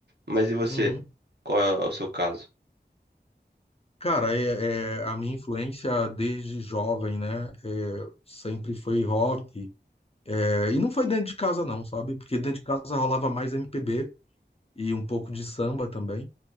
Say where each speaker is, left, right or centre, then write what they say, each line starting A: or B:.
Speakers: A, on the right; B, on the left.
A: Mas e você?
B: Uhum.
A: Qual é o seu caso?
B: Cara, é, é- a minha influência desde jovem, né? é, sempre foi rock. É, e não foi dentro de casa, não, sabe? Porque dentro de casa rolava mais MPB e um pouco de samba também.